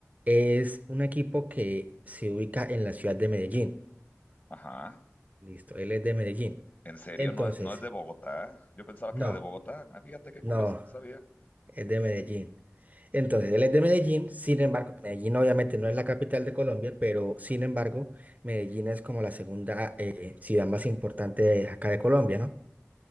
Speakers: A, on the right; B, on the left.
A: es un equipo que se ubica en la ciudad de Medellín.
B: ajá.
A: Listo, él es de Medellín.
B: ¿En serio?
A: Entonces,
B: ¿No es, no es de Bogotá? Yo pensaba
A: no,
B: que era de Bogotá. Ah, fíjate qué curioso,
A: no.
B: no sabía.
A: Es de Medellín. Entonces, él es de Medellín, sin embargo, Medellín obviamente no es la capital de Colombia, pero sin embargo, Medellín es como la segunda eh, ciudad más importante de acá de Colombia, ¿no?